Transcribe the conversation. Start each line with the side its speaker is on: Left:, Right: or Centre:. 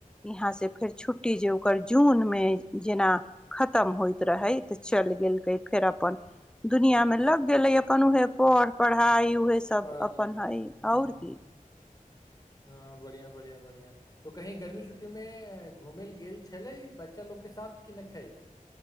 Centre: यहाँसँ फेर छुट्टी जे ओकर जूनमे जेना खतम होइत रहै तऽ चलि गेलकै फेर अपन दुनिया मे लग गेले अपन उऊहे पढ़ पढ़ाई उहे सब
Left: पढ़
Centre: अपन
Left: लिखऽ
Centre: हइ
Left: ह
Centre: आओर
Left: ह ह
Centre: की
Left: हँ बढ़िया बढ़िया बढ़िया तऽ कहीँ गर्मी छुट्टीमे घूमय लेलए गेल छलै बच्चा लोकके साथ कि नहि खै